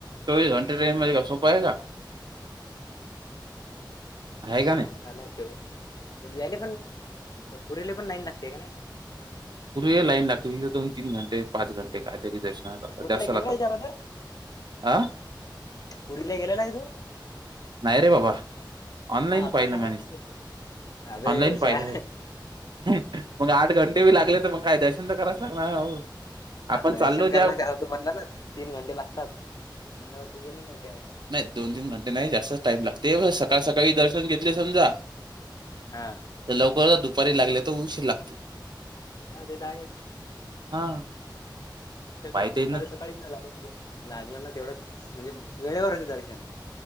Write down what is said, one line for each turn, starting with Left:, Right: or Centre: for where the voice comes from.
Right: चोवीस घंटे ट्रेनमध्येे का सोपं आहे का?
Left: <inaudible>
Right: आहे का नाही.
Left: आण लाय त्यो पण याले पुरीले पण लाईन लागते का नाही.
Right: पूरीले लाईन लागते तिथ दोन, तीन, घंटे पाच घंटे कायतरी दश <unintelligible> हा लात
Left: पुरीला
Right: जास्त
Left: गेलेला
Right: लागतात
Left: याच्या अगोदर
Right: ह
Left: पुरीला गेलेला आहे तू?
Right: नाही रे बाबा ऑनलाईन
Left: मग आता
Right: पाहिलं
Left: समजलं
Right: मीनी स
Left: ना. अबे
Right: ऑनलाईन
Left: उषा
Right: पाहिल हे मग आठ घं टे बी लागले त मंग काय दर्शन तर कराच लागणार ना हो.
Left: ह
Right: आपण
Left: दर्शन
Right: चाललो ज्या
Left: करायला करा <unintelligible> त म्हणला ना तीन घंटे लागतात आणि तू गेलेला त्यावरी.
Right: नाही दोन, तीन, घंटे नाही जास्त टाईम लागते व सकाळ, सकाळी दर्शन घेतले समजा.
Left: हां.
Right: ते लवकर दुपारी लागले तर उंशीर लागते.
Left: हा ते त आहेच.
Right: हा.
Left: तेग
Right: पाहिता
Left: सकाळी,
Right: येईल ना
Left: सकाळीच लाग <unintelligible> लागलं ना तेवढंच म्हणजे वेळेवर होतं दर्शन.